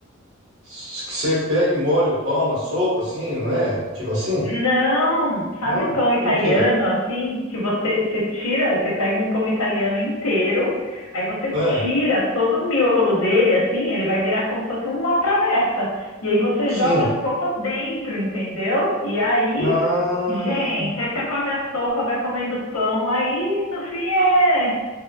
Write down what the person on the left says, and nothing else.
Não,
sabe pão italiano
assim que você você tira, você pega um pão italiano inteiro, aí você
tira todo o miolo dele assim, ele vai virar como se fosse uma travessa. E aí você
joga a sopa dentro, entendeu? E aí,
gente, aí você come a sopa, vai comendo pão, aí no fim é,